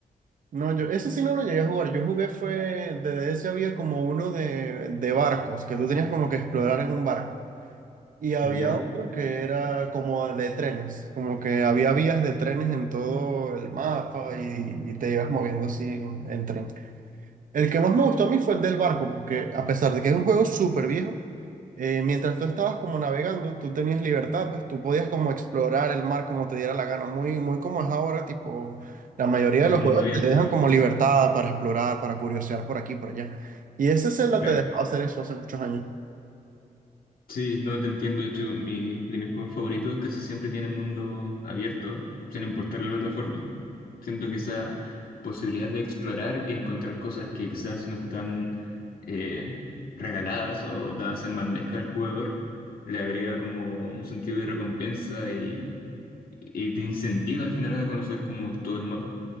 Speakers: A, on the right; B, on the left.
A: No, yo ese sí no lo llegué a jugar. Yo jugué fue, de DS había como uno de, de barcos, que tú tenías como que explorar en un barco. Y había
B: ¿Ya?
A: otro que era como de trenes, como que había vías de trenes en todo el mapa y, y te ibas moviendo así en, en tren. El que más me gustó a mí fue el del barco, porque a pesar de que es un juego súper viejo, eh, mientras tú estabas como navegando, tú tenías libertad, pues tú podías como explorar el mar como te diera la gana, muy, muy como es ahora, tipo, la mayoría
B: El
A: de los
B: mundo
A: juegos
B: abierto,
A: te dejan como libertad para explorar, para curiosear por aquí, y por allá. Y ese Zelda
B: claro.
A: te dejaba hacer eso hace muchos años.
B: Sí, no te entiendo. De hecho, mi, de mis juegos favoritos casi siempre tienen mundo abierto, sin importar la plataforma. Siento que esa posibilidad de explorar y encontrar cosas que quizás no están eh, regaladas o dadas en bandeja al jugador, le agrega como un sentido de recompensa y, y te incentiva al final a conocer como todo el mapa.